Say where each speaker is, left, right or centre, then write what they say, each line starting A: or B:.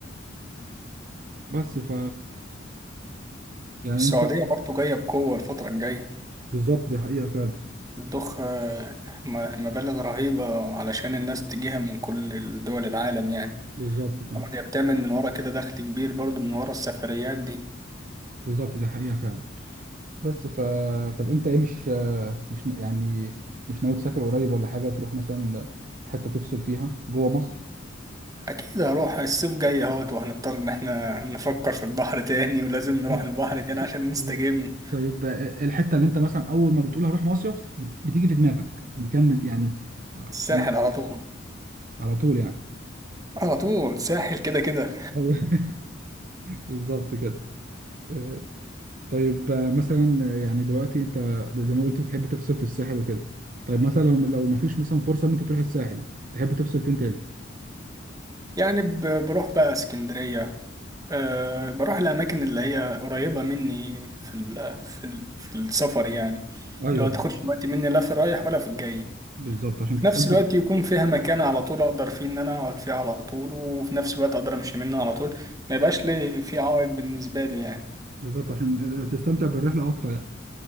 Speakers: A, on the right (about 45°); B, on the right (about 20°).
A: بس ف يعني
B: السعودية
A: انت
B: برضه جاية بقوة الفترة الجاية
A: بالظبط دي حقيقه فعلا
B: بتضخ آه، م- مبالغ رهيبة علشان الناس تجيها من كل دول العالم يعني
A: بالظبط فعلا
B: طبعا هي بتعمل من ورا كده دخل كبير برضه من ورا السفريات دي
A: بالظبط دي حقيقه فعلا بس ف طب انت ايه مش مش ن- يعني مش ناوي تسافر قريب ولا حاجه تروح مثلا حته تفصل فيها جوه مصر
B: اكيد هروح الصيف جاي اهوت وهنضطر ان احنا نفكر في البحر تاني ولازم نروح
A: مم.
B: البحر تاني عشان نستجم
A: بالظبط طيب آه، آه، الحته اللي انت مثلا اول ما بتقول هروح مصيف بت- بتيجي في دماغك مكان مت- يعني آه،
B: الساحل
A: أنا-
B: على طول
A: على طول يعني
B: على طول ساحل كده كده
A: أيوه. <laughs> بالظبط كده آه، طيب آه، مثلا آه، يعني دلوقتي انت زي ما قلت بتحب تفصل في الساحل وكده طيب مثلا لو لو ما فيش مثلا فرصه ان انت تروح الساحل تحب تفصل فين تاني
B: يعني ب- بروح بقى اسكندرية أه بروح الأماكن اللي هي قريبة مني في ال في ال في السفر يعني
A: ايوه
B: لو تاخدش وقت مني لا في رايح ولا في الجاي
A: بالظبط عشان
B: في
A: تستمتع
B: نفس الوقت يكون فيها مكان على طول أقدر فيه إن أنا أقعد فيه على طول وفي نفس الوقت أقدر أمشي منه على طول ما يبقاش لي في عوائق بالنسبة لي يعني
A: بالظبط عشان تستمتع بالرحله اكتر يعني.